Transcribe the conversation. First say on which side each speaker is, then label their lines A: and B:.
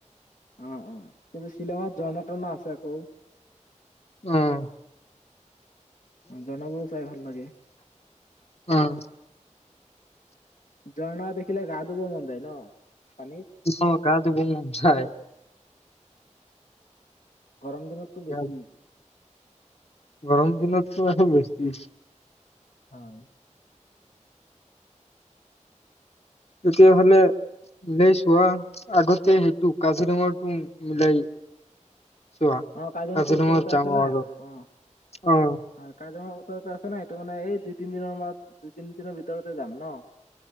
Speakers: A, on the left (about 85°); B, on the left (about 55°).
A: অ, অ, কিন্তু শ্বিলং <inaudible> আছে আকৌ।
B: উম।
A: ঝৰ্ণাবোৰো চাই ভাল লাগে
B: <inaudible> অ'।
A: ঝৰ্ণ <inaudible> দেখিলে গা ধুব মন যায় ন? পানীত
B: অ, গা ধুব মন যায়
A: গৰম দিনততো বেছি।
B: গা- গৰম দিনততো আৰু বেছি।
A: হায়
B: তেতিয়াহ'লে মিলাই চোৱা আগতে সেইটো কাজিৰঙাটো মিলাই। চোৱা
A: অ কাজিৰঙাটো
B: কাজিৰঙাত
A: ওচৰতে আছে
B: যাম
A: না
B: আৰু
A: অ
B: অ'।
A: হয় কাজিৰঙা ওচৰতে আছে না এইটো মানে এই দুই তিন দিনৰ মৰত দুই তিন দিনৰ ভিতৰতে যাম ন